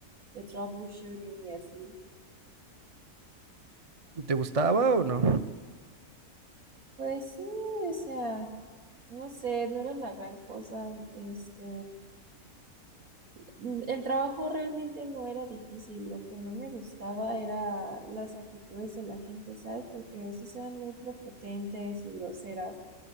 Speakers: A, on the right; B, on the right.
A: de troubleshooting y así.
B: ¿Te gustaba o no?
A: Pues sí, o sea, no sé, no era la gran cosa. Este, Mm, El trabajo realmente no era difícil, lo que no me gustaba era las actitudes de la gente, ¿sabes? Porque a veces eran muy prepotentes y groseras.